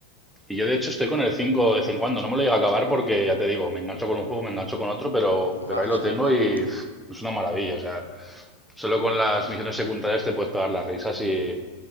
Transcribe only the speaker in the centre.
Y yo de hecho estoy con el 5 de vez en cuando, no me lo llega a acabar porque ya te digo, me engancho con un juego, me engancho con otro, pero, pero
ahí lo tengo
y pff, es una maravilla, o sea, solo con las misiones secundarias te puedes pegar las risas y,